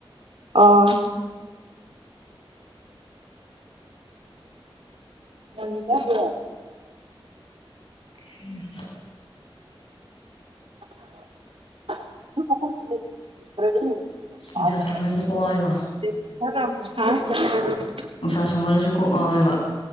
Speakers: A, on the right (about 75°); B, on the left (about 80°).
A: ꯑꯣ ꯃꯅꯤꯁꯗ <inaudible>
B: ꯍ <unintelligible>
A: <unintelligible> <unintelligible>
B: ꯅꯨꯡꯁꯥ ꯁꯥꯃꯜꯂꯁꯨ ꯀꯣꯛ
A: <unintelligible>
B: ꯉꯥꯎꯋꯦꯕ ꯅꯨꯡꯁꯥ ꯁꯝꯍꯜꯂꯁꯨ ꯀꯣꯛ ꯉꯥꯎꯋꯦꯕ